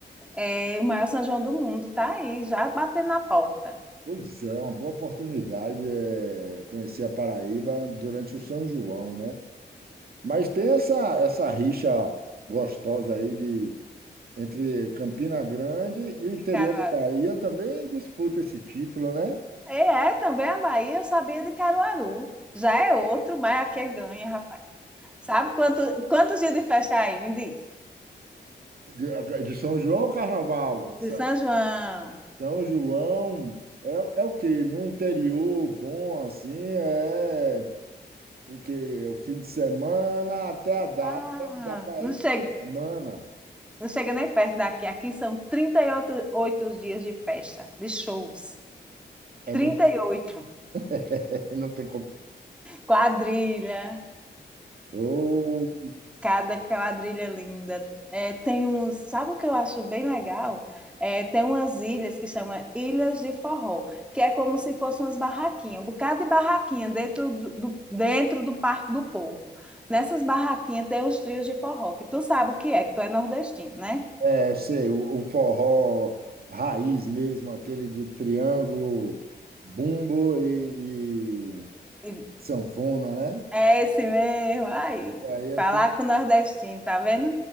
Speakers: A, in the centre; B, on the right.
A: É, o maior São João do mundo tá aí, já batendo na porta
B: Pois é, é uma boa oportunidade é, conhecer a Paraíba durante o São João, né? Mas tem essa, essa rixa gostosa aí de Entre Campina Grande e o
A: de
B: interior
A: Caruaru.
B: da Bahia também disputa esse título, né?
A: E é, também a Bahia, eu sabia de Caruaru. Já é outro, mas aqui é ganha, rapaz. Sabe quanto, quantos dias de festa é aí? Me diz.
B: De, de São João ao Carnaval. Sa-
A: De São João.
B: São João é, é o quê? No interior bom, assim, é o quê? É O fim de semana até a data,
A: Ah,
B: deve dar para
A: não chega,
B: uma semana.
A: não chega nem perto daqui. Aqui são 38 dias de festa, de shows.
B: É
A: trinta
B: muito.
A: e oito
B: <laughs> Não tem como.
A: Quadrilha.
B: Ou,
A: cada quadrilha linda. É, tem uns, sabe o que eu acho bem legal? É, tem umas ilhas que chama Ilhas de Forró, que é como se fossem umas barraquinhas, um bocado de barraquinha dentro do, do- dentro do Parque do Povo. Nessas barraquinhas tem os trios de forró, que tu sabe o que é, que tu é nordestino, né?
B: é, sei, o, o forró raiz mesmo, aquele de triângulo, bumbo e,
A: E-
B: sanfona, né?
A: É esse mesmo, aí.
B: Aí é,
A: Falar
B: pe-
A: com nordestino, tá vendo?